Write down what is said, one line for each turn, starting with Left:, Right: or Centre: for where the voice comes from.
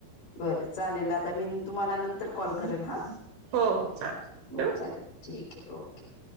Left: बरं चालेल आता मी तुम्हाला नंतर कॉल करेल हा
Right: हो हो चालेल
Left: हो
Right: ठेवू
Left: चालेल ठीक आहे ओके